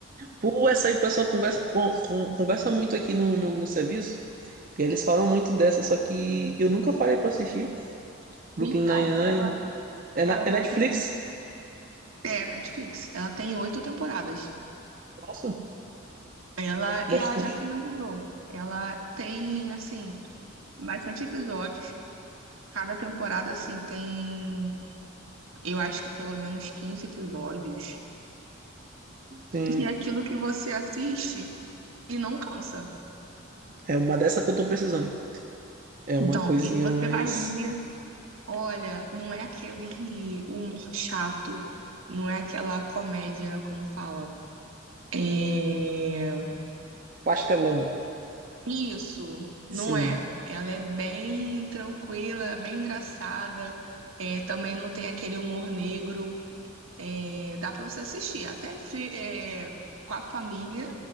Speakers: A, on the right (about 40°); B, on the right (about 80°).
A: Pô, essa aí o pessoal conversa, com- com- conversa muito aqui no, no, no serviço. E aí eles falam muito dessa, só que eu nunca parei pra assistir. Brooklyn
B: Então,
A: Nine-Nine.
B: ela,
A: É,
B: ela
A: na-
B: é
A: é
B: na
A: Netflix?
B: pe- é, Netflix. Ela tem oito temporadas.
A: Nossa,
B: Ela
A: bastante.
B: e ela já finalizou. Ela tem, assim, bastante episódios. Cada temporada, assim, tem, eu acho que pelo menos 15 episódios.
A: Sim.
B: E é aquilo que você assiste. E não cansa.
A: É uma dessa que eu tô precisando. É uma
B: Então,
A: coisinha
B: e você
A: mais
B: vai rir. Olha, não é aquele humor chato, não é aquela comédia, como fala. É...
A: pastelão.
B: Isso, não
A: Sim.
B: é. Ela é bem tranquila, bem engraçada. É, também não tem aquele humor negro. É, dá pra você assistir, até fi- é, com a família.